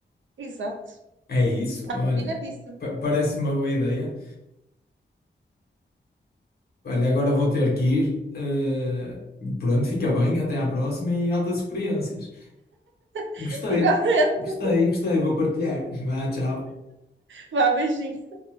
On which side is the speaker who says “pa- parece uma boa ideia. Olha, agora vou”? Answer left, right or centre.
Left